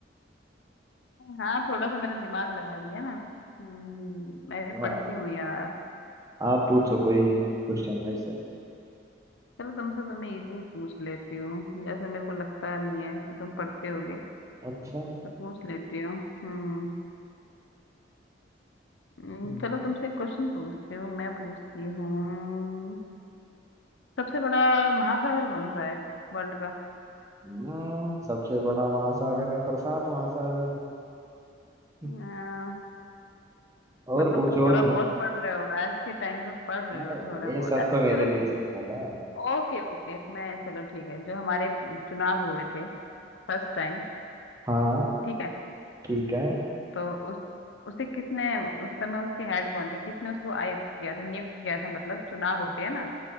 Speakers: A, on the left (about 85°); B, on the right (about 20°).
A: हाँ थोड़ा सा मैंने दिमाग लगा लिया ना हम्म मैं भी
B: हाँ
A: पढ़ती हूँ यार
B: आप पूछो कोई क्वेश्चन में से
A: चलो तुमसे तो मैं इजी पूछ लेती हूँ जैसे मेरे को लगता नहीं है कि तुम पढ़ते हो
B: अच्छा
A: तो पूछ लेती हो हम्म हम्म,
B: हम्म,
A: चलो तुमसे एक क्वेश्चन पूछती हूँ मैं पूछती हूँ सबसे बड़ा महासागर कौन सा है वर्ल्ड का
B: हम्म, सबसे बड़ा महासागर है प्रशांत महासागर <laughs>
A: अ,
B: और
A: मतलब
B: पूछो
A: थोड़ा
B: और पूछो
A: बहुत पढ़ रहे हो आज के टाइम पे पढ़ रहे
B: अरे
A: हो थोड़ा बहुत
B: ये सब
A: अच्छा
B: तो
A: चलो
B: मेरे लिए
A: ठीक
B: सिंपल
A: है
B: है
A: ओके ओके मैं चलो ठीक है जो हमारे चुनाव हुए थे फर्स्ट टाइम
B: हाँ
A: ठीक है
B: ठीक है
A: तो उस उसे किसने उस समय उसके हेड कौन थे किसने उसको आयुक्त किया था नियुक्त किया था मतलब चुनाव होते हैं ना